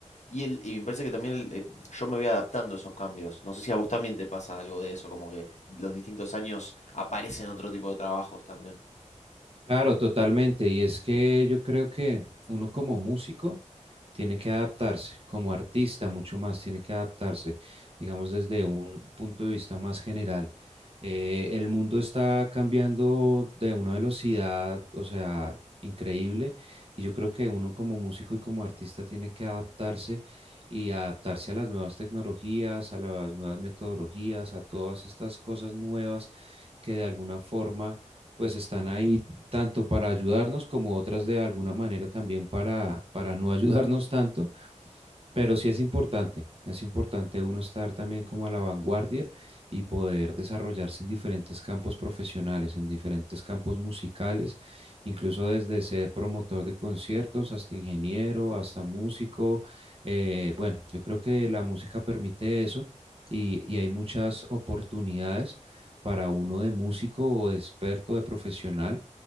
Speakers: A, on the left; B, on the right.
A: Y, el, y me parece que también el- eh, yo me voy adaptando a esos cambios. No sé si a vos también te pasa algo de eso, como que los distintos años aparecen otro tipo de trabajos también.
B: Claro, totalmente. Y es que yo creo que uno como músico tiene que adaptarse, como artista mucho más, tiene que adaptarse, digamos, desde un punto de vista más general. Eh, el mundo está cambiando de una velocidad, o sea, increíble. Y yo creo que uno como músico y como artista tiene que adaptarse y adaptarse a las nuevas tecnologías, a las nuevas metodologías, a todas estas cosas nuevas que de alguna forma pues están ahí tanto para ayudarnos como otras de alguna manera también para, para no ayudarnos tanto, pero sí es importante, es importante uno estar también como a la vanguardia y poder desarrollarse en diferentes campos profesionales, en diferentes campos musicales, incluso desde ser promotor de conciertos hasta ingeniero, hasta músico. Eh, bueno, yo creo que la música permite eso y, y hay muchas oportunidades para uno de músico o de experto, de profesional,